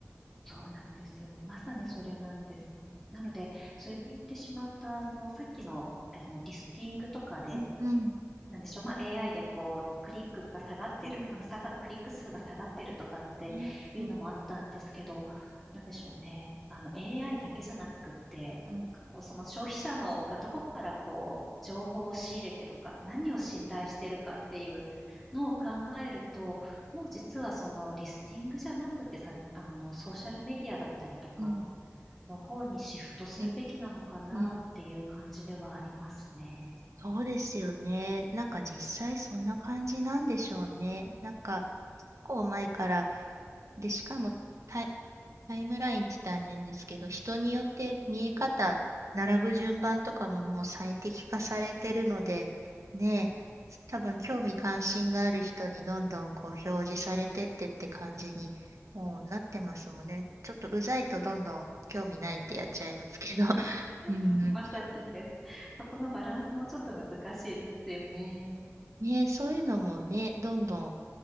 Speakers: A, in the centre; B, on the right.
A: そうなんですよね。まさにそれなんです。なので、それで言ってしまうと、あの、さっきの、あの、リスティングとかで、
B: うんうん
A: なんでしょう、まあ、AI でこう、クリックが下がってる、
B: うん
A: まあ、下が、クリック数が下がってるとかっていうのもあったんですけど、
B: ねうん
A: なんでしょうね、あの、AI だけじゃなくって、
B: うん
A: なんかこう、その消費者のがどこからこう、情報を仕入れてるか、何を信頼してるかっていうのを考えると、もう実はそのリスティングじゃなくてさ、あの、ソーシャルメディアだったりとか
B: うん
A: の方にシフトするべきなのかなっていう感じではありますね。
B: うんうんそうですよね。なんか実際そんな感じなんでしょうね。なんか、結構前から、で、しかも、たタイムラインって大変ですけど、人によって見え方、並ぶ順番とかももう最適化されてるので、ねえ、多分興味関心がある人にどんどんこう表示されてってって感じにもうなってますもんね。ちょっとうざいとどんどん興味ないってやっちゃいますけど。<laughs>
A: <laughs>
B: うんうん。
A: まさにです。そこのバランスもちょっと難しいですよね。
B: ねえ、そういうのもね、どんどん、